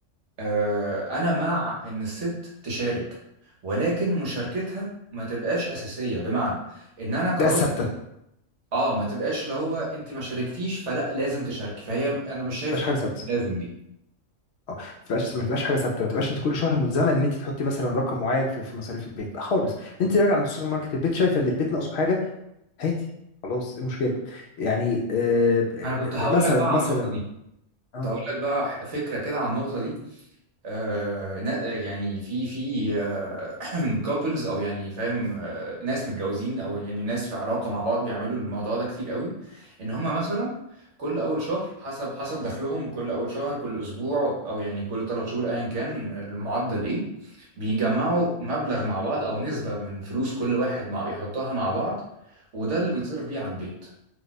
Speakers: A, on the right; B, on the left.
A: آه انا مع ان الست تشارك ولكن مشاركتها ما تبقاش اساسية بمعنى ان انا كراجل
B: ده ثابته ما
A: اه ما تبقاش اللي هو انت ما شاركتيش فلا لازم تشاركي فهي انا مش شايف
B: تبقاش
A: حته
B: حاجه ثابته
A: لازم دي
B: اه ما تبقاش ما تبقاش حاجه ثابته ما تبقاش انت كل شهر ملزمه ان انت تحطي مثلا رقم معين في في مصاريف البيت لا خالص انت راجع من السوبر ماركت البيت شايفه ان البيت ناقصه حاجه هاتي خلاص ايه المشكله يعني آه، ب-
A: ما انا كنت هقول
B: ب- مثلا
A: لك بقى
B: مثلا
A: عن النقطه دي كنت
B: اه
A: هقول لك بقى ح- فكره كده عن النقطه دي آه نا- يعني في في آه <clears throat> كابلز او يعني فاهم آه ناس متجوزين او يعني ناس في علاقه مع بعض بيعملوا الموضوع ده كتير قوي ان هم مثلا كل اول شهر حسب حسب دخلهم كل اول شهر كل اسبوع او يعني كل ثلاث شهور ايا كان المعدل ايه بيجمعوا مبلغ مع بعض او نسبه من فلوس كل واحد مع يحطها مع بعض وده اللي بيتصرف بيه على البيت